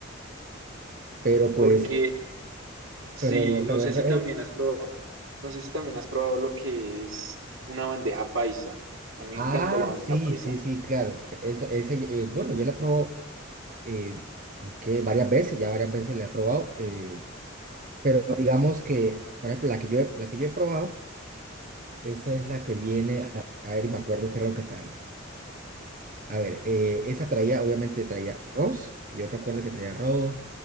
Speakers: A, on the right; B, on the right.
A: Pero pues,
B: Porque
A: eh,
B: Sí,
A: pero,
B: no
A: pero
B: sé
A: el,
B: si
A: re-
B: también has probado, no sé si también has probado lo que es una bandeja paisa. A mí me
A: Ah,
B: encanta la bandeja
A: sí,
B: paisa.
A: sí, sí, claro. Esa, esa, eh, bueno, yo la he probado eh, que varias veces, ya varias veces la he probado, eh, pero digamos que, por ejemplo, la que yo he, la que yo he probado, esa es la que viene, a, a ver, y me acuerdo qué era lo que traía. A ver, eh, esa traía, obviamente traía arroz, que yo recuerdo que traía arroz,